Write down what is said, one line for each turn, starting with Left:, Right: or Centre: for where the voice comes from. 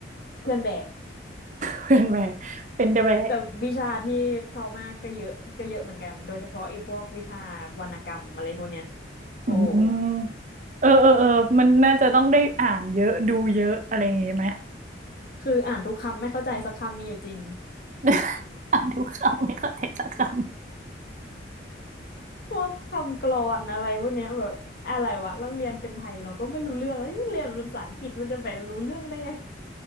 Left: เพื่อนแบก
Right: เพื่อนแบกเป็นเดอะแบก
Left: แต่วิชาที่ trauma ก็เยอะก็เยอะเหมือนกันโดยเฉพาะไอ้พวกวิชาวรรณกรรมอะไรพวกเนี้ยโอ้โห
Right: อืมมเออเออเออมันน่าจะต้องได้อ่านเยอะดูเยอะอะไรอย่างงี้ไหม
Left: คืออ่านทุกคำไม่เข้าใจสักคำมีอยู่จริง
Right: <laughs> อ่านทุกคำไม่เข้าใจสักคำ <laughs>
Left: พวกคำกลอนอะไรพวกเนี้ยแบบอะไรวะเราเรียนเป็นไทยเราก็ไม่รู้เรื่องเอ้ยเรียนเป็นภาษาอังกฤษมันจะไปรู้เรื่องได้ยัง